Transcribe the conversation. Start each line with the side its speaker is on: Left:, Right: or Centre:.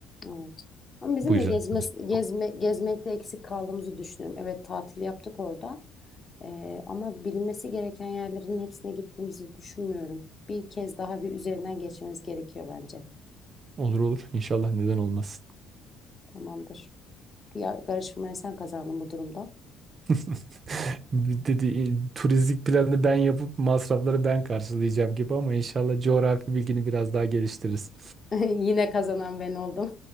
Left: Evet. Ama bizim
Right: Bu yüzden
Left: de gezme,
Right: turist
Left: gezme,
Right: çok.
Left: gezmekte eksik kaldığımızı düşünüyorum. Evet tatil yaptık orada. E, ama bilinmesi gereken yerlerin hepsine gittiğimizi düşünmüyorum. Bir kez daha bir üzerinden geçmemiz gerekiyor bence.
Right: Olur olur. İnşallah neden olmaz.
Left: Tamamdır. Ya, karışmaya sen kazandın bu durumda.
Right: <laughs> Dedi "E, turistik planı ben yapıp masrafları ben karşılayacağım gibi ama inşallah coğrafi bilgini biraz daha geliştiririz.
Left: <laughs> Yine kazanan ben oldum.